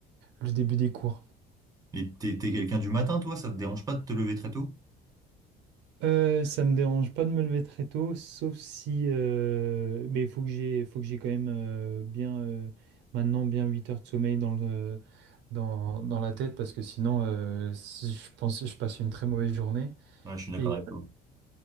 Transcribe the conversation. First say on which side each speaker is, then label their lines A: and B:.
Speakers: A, on the right; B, on the right.
A: le début des cours.
B: Et t'es, t'es quelqu'un du matin, toi? Ça te dérange pas de te lever très tôt?
A: Euh, ça me dérange pas de me lever très tôt, sauf si, euh, mais il faut que j'ai, faut que j'ai quand même euh, bien, euh, maintenant bien 8 heures de sommeil dans le, dans, dans la tête parce que sinon, euh, si je pense, je passe une très mauvaise journée.
B: Ouais, je suis d'accord
A: Et,
B: avec toi.